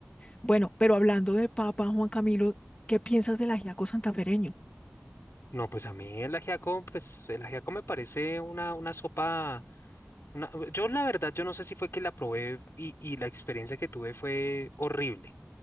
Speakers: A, on the left (about 25°); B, on the left (about 65°).
A: Bueno, pero hablando de papa, Juan Camilo, ¿qué piensas del ajiaco santafereño?
B: No, pues a mí el ajiaco, pues el ajiaco me parece una, una sopa, una... Yo la verdad, yo no sé si fue que la probé y, y la experiencia que tuve fue horrible,